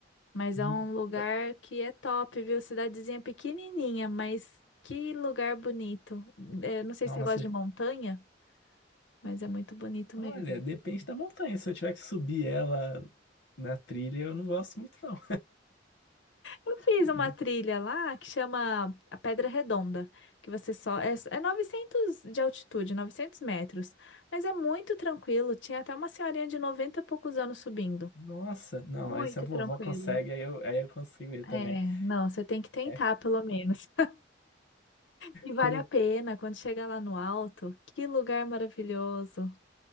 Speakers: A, on the left; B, on the left.
A: Mas
B: Hum,
A: é um lugar
B: não.
A: que é top, viu? Cidadezinha pequenininha, mas que lugar bonito. É, não sei
B: Nossa,
A: se você gosta de montanha, mas é muito bonito
B: olha,
A: mesmo.
B: depende da montanha. Se eu tiver que subir ela na trilha, eu não gosto muito, não.
A: Eu fiz
B: <laughs> Ma-
A: uma trilha lá que chama a Pedra Redonda, que você só é, é 900 de altitude, 900 metros, mas é muito tranquilo. Tinha até uma senhorinha de 90 e poucos anos subindo.
B: Nossa, não,
A: Muito
B: aí se a vovó
A: tranquilo.
B: consegue, aí eu, aí eu consigo ir
A: É,
B: também.
A: não, você tem que tentar
B: É,
A: pelo menos. <laughs> E vale
B: quando
A: a
B: eu.
A: pena quando chega lá no alto. Que lugar maravilhoso.